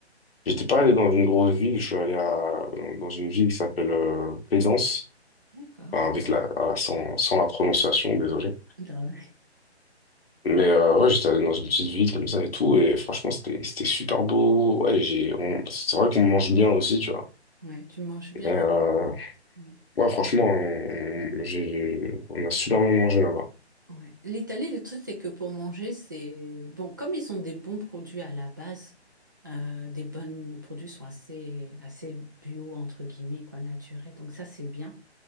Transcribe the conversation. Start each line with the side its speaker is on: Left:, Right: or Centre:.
Left: j'étais pas allé dans une grosse ville, je suis allé à, dans une ville qui s'appelle euh, Plaisance,
Right: D'accord.
Left: Enfin, avec la, voilà, sans, sans la prononciation, désolé.
Right: Dans-
Left: Mais euh, ouais, j'étais allé dans une petite ville comme ça et tout, et franchement, c'était, c'était super beau. Ouais, j'ai, on- c'est vrai qu'on mange bien aussi, tu vois.
Right: Ouais, tu manges bien.
Left: Et, euh,
Right: Mm.
Left: ouais, franchement, on, on- j'ai, on a super bien mangé là-bas.
Right: Ouais. L'Italie, le truc, c'est que pour manger, c'est bon, comme ils ont des bons produits à la base, euh, des bonnes les produits sont assez, assez bio, entre guillemets, quoi, naturels. Donc ça, c'est bien.